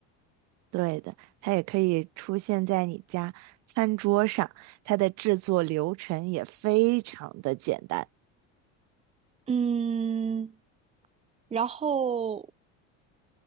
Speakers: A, on the right (about 60°); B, on the right (about 20°).
A: 对的。它也可以出现在你家餐桌上，它的制作流程也非常的简单。
B: 嗯，然后